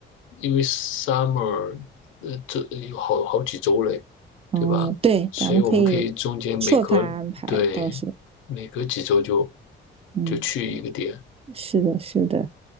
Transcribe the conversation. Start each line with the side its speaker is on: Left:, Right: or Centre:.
Left: 因为 summer 呃这有好好几周嘞，
Right: 哦，
Left: 对吧？
Right: 对，
Left: 所以我们可以中间每隔对每隔几周就
Right: 咱们可以错开安排，倒是，嗯，
Left: 就去一个点，
Right: 是的，是的。